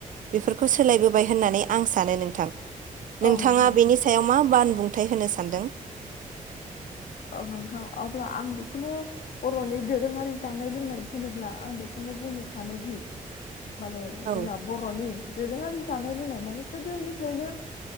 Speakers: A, on the right; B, on the left.
A: बेफोरखौ सोलायबोबाय होननानै आं सानो नोंथां। नोंथाङा
B: औ नोंथां
A: बेनि सायाव मा बान बुंथाय होनो सानदों
B: ओं नोंथां अब्ला आं बेखौनो बर'नि दोरोङारि जानाय लोंनाय होनोब्ला आं बेखौनो बुंनो सानोदि माने
A: औ
B: जोंना बर'नि दोरोङारि जानाय लोंनाय मा नि गोदोनिफ्रायनो